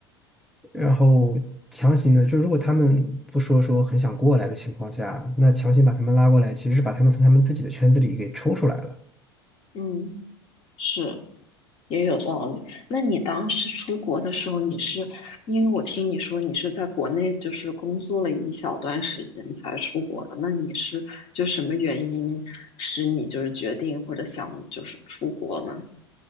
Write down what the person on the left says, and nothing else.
嗯，是。也有道理。那你当时出国的时候，你是因为我听你说你是在国内就是工作了一小段时间才出国的，那你是就什么原因使你就是决定或者想就是出国呢？